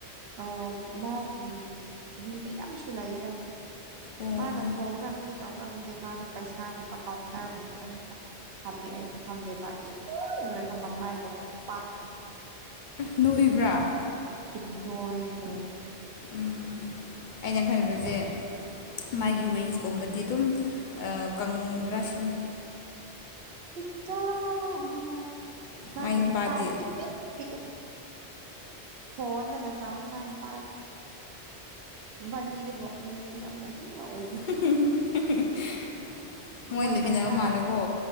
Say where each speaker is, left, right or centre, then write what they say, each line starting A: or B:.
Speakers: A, on the right; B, on the left.
A: ꯑ ꯃꯥꯒꯤ ꯃꯤ ꯃꯌꯥꯝꯁꯨ ꯂꯩꯌꯦꯗ
B: ꯑꯣ
A: ꯃꯥꯅ ꯊꯣꯡꯕ꯭ꯔ ꯀꫪꯤ ꯇꯧꯕ꯭ꯔꯥ ꯈꯪꯗꯦ ꯃꯥꯗꯣ ꯄꯩꯁꯥꯒꯨꯝꯕ ꯀꯥꯎꯟꯇꯔꯒꯨꯝꯕꯗ ꯑꯃꯨꯛꯀ ꯐꯝꯃꯦ ꯑꯩꯁꯨ ꯈꯪꯗꯦꯕ ꯏꯅꯣꯏ ꯂꯣꯏꯔꯒ ꯃꯃꯥꯏꯒ ꯈꯨꯄꯥꯛ ꯑꯃ
B: ꯎꯝ ꯅꯣꯏꯕ꯭ꯔꯥ
A: ꯈꯨꯨꯟꯑꯣꯏꯗꯤ ꯂꯣꯏꯔꯦ
B: ꯎꯝ ꯑꯩꯅ ꯈꯟꯕꯖꯦ ꯃꯥꯒꯤ ꯋꯦꯁꯀꯨꯝꯕꯗꯤ ꯑꯗꯨꯝ ꯀꯪꯕ꯭ꯔꯥ ꯁꯤꯅꯤ
A: ꯈꯨꯠꯆꯥꯎ ꯑꯃ ꯃꯥꯒꯤ
B: ꯃꯥꯏ ꯅꯨꯄꯥꯗꯤ
A: ꯅꯨꯄꯥꯥꯅ ꯏ ꯄꯤꯛ ꯄꯤꯛꯑꯦ ꯐꯣꯟꯗꯅ ꯆꯥꯎꯋ ꯃꯥ ꯅꯨꯄꯥꯗꯤ ꯕꯥꯅꯤꯗꯤ ꯂꯣꯛꯅꯤꯡꯉꯦ ꯌꯥꯝꯅ ꯁꯤ <unintelligible>
B: <unintelligible>
A: ꯃꯣꯏ
B: ꯂꯩꯃꯤꯟꯅꯕ
A: ꯄꯩꯁꯥ
B: ꯃꯥꯜꯂꯦꯀꯣ